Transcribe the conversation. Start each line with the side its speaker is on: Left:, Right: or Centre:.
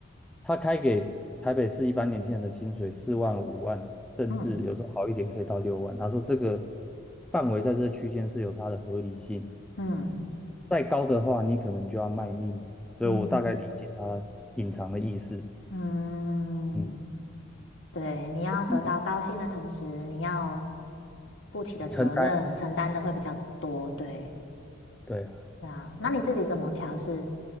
Centre: 他开给台北市一般年轻人的薪水四万、五万，甚至有时候好一点可以到六万。
Left: 嗯
Centre: 他说这个范围在这区间是有它的合理性，
Left: 嗯
Centre: 再高的话你可能就要卖命。所以我大概理解他隐藏的意思。
Left: 嗯嗯。嗯嗯
Centre: 嗯，
Left: 对，你要得到高薪的同时，
Centre: 嗯
Left: 你要负起的责任承担的会比较多，
Centre: 承担，
Left: 对，
Centre: 对啊，
Left: 对啊。那你自己怎么调试